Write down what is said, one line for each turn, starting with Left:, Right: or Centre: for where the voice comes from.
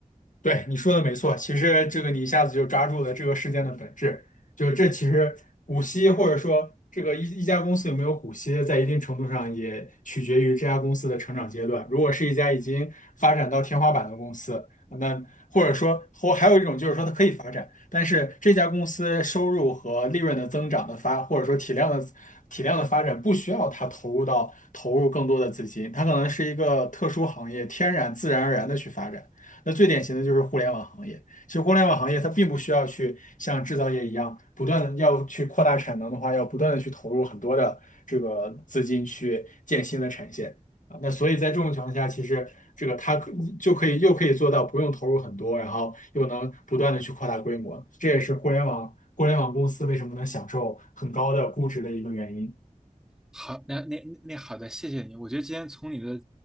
Left: 对，你说的没错，其实这个你一下子就抓住了这个事件的本质，就是这其实股息或者说这个一一家公司有没有股息，在一定程度上也取决于这家公司的成长阶段。如果是一家已经发展到天花板的公司，那或者说或还有一种就是说它可以发展，但是这家公司收入和利润的增长的发，或者说体量的体量的发展不需要它投入到投入更多的资金，它可能是一个特殊行业，天然自然而然的去发展。那最典型的就是互联网行业。其实互联网行业它并不需要去像制造业一样不断的要去扩大产能的话，要不断的去投入很多的这个资金去建新的产线啊。那所以在这种情况下，其实这个它可就可以又可以做到不用投入很多，然后又能不断的去扩大规模。这也是互联网互联网公司为什么能享受很高的估值的一个原因。
Centre: 好，那那那好的，谢谢你。我觉得今天从你的